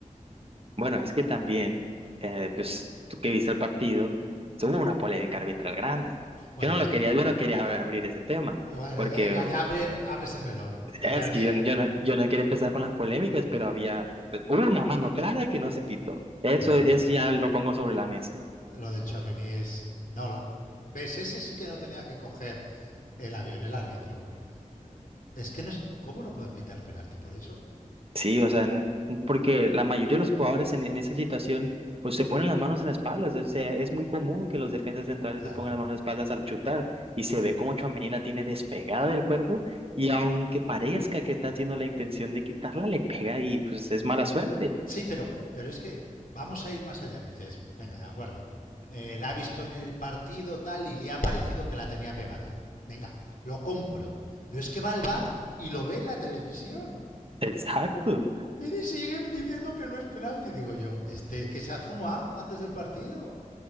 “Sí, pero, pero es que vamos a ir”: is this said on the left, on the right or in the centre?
Left